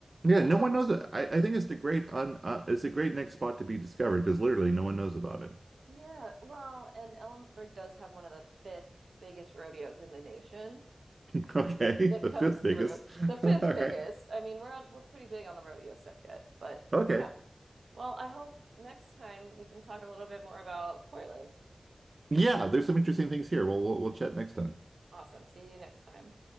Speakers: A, on the right; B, on the right.
A: So,
B: Yeah, no one knows it. I, I think it's the great un, uh, it's a great next spot to be discovered because literally no one knows about it.
A: <laughs> yeah, well, and Ellensburg does have one of the fifth biggest rodeos in the nation.
B: <laughs> Okay,
A: that
B: the
A: comes
B: fifth biggest.
A: through.
B: <laughs>
A: The fifth
B: All right.
A: biggest. I mean, we're on we're pretty big on the rodeo circuit, but
B: Okay.
A: yeah. Well, I hope next time we can talk a little bit more about Portland.
B: Yeah, there's some interesting things here. Well, we'll, we'll chat next time.
A: Awesome. See you next time.